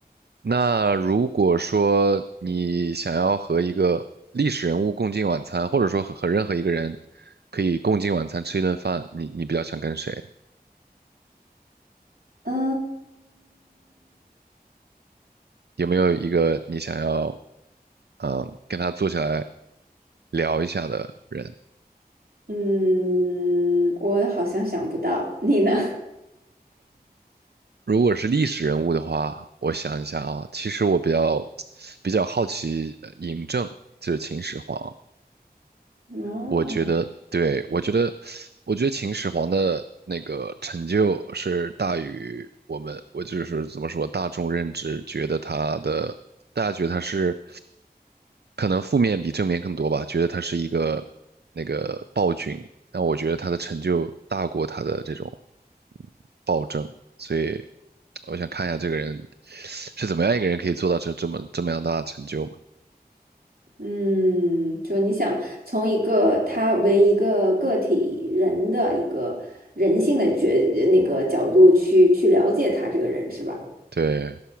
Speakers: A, on the right (about 85°); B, on the right (about 70°).
A: 那如果说你想要和一个历史人物共进晚餐，或者说和和任何一个人可以共进晚餐吃一顿饭，你你比较想跟谁？
B: <laughs> 嗯
A: 有没有一个你想要，嗯，跟他坐下来聊一下的人？
B: 嗯，我好像想不到，你呢？
A: 如果是历史人物的话，我想一下啊，其实我比较 <tsk> 比较好奇呃嬴政，就是秦始皇。
B: 哦，
A: 我觉得，对，我觉得，我觉得秦始皇的那个成就是大于我们，我就是怎么说，大众认知觉得他的，大家觉得他是，可能负面比正面更多吧，觉得他是一个那个暴君，但我觉得他的成就大过他的这种暴政，所以我想看一下这个人是怎么样一个人可以做到这这么这么样大的成就嘛。
B: 嗯，就你想从一个他为一个个体人的一个人性的角那个角度去去了解他这个人是吧？
A: 对，